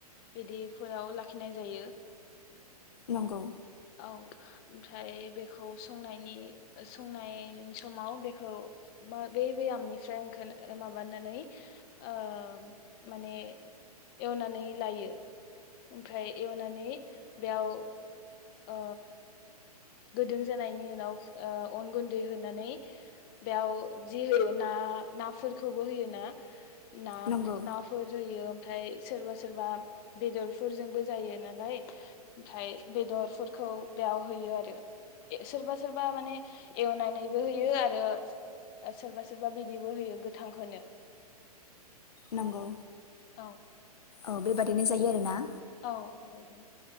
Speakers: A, on the left; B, on the left.
A: बिदिफोराव लाखिनाय जायो।
B: नंगौ।
A: औ ओमफ्राय बेखौ संनायनि संनाय समाव बेखौ बे बयामनिफ्राय ओं माबानानै ओ माने एवनानै लायो ओमफ्राय एवनानै बेयाव ओ गोदों जानायनि उनाव ओ अन गुन्दै होनानै बेयाव जि होयो ना नाफोरखौबो होयोना। ना
B: नंगौ।
A: नाफोर होयो ओमफ्राय सोरबा सोरबा बेदरफोरजोंबो जायो नालाय ओमफ्राय बेदरफोरखौ बेयाव होयो आरो। सोरबा सोरबा माने एवना नैबो होयो आरो सोरबा सोरबा बिदिबो होयो गोथांखौनो
B: नंगौ
A: औ।
B: औ बेबादिनो जायो आरो ना।
A: औ बेबायदिनो।